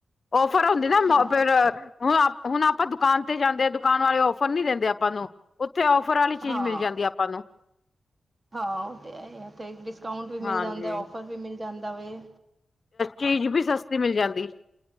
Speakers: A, on the left; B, on the right.
A: ਓਫਰ ਹੁੰਦੀ ਨਾ
B: ਹਾਂ
A: ਫੇਰ। ਹੁਣ ਹੁਣ ਆਪਾਂ ਦੁਕਾਨ ਤੇ ਜਾਂਦੇ ਹਾਂ ਦੁਕਾਨ ਵਾਲੇ ਔਫਰ ਨੀ ਦਿੰਦੇ ਆਪਾਂ ਨੂੰ। ਉੱਥੇ ਔਫਰ ਵਾਲੀ ਚੀਜ਼
B: ਹਾਂ
A: ਮਿਲ ਜਾਂਦੀ ਆਪਾਂ ਨੂੰ।
B: ਹਾਂ ਉਹ ਤੇ ਹੈ ਡਿਸਕਾਊਂਟ ਵੀ ਮਿਲ
A: ਹਾਂਜੀ
B: ਜਾਂਦਾ ਫਰ ਮਿਲ ਜਾਂਦਾਵੇ।
A: ਚੀਜ਼ ਵੀ ਸਸਤੀ ਮਿਲ ਜਾਂਦੀ।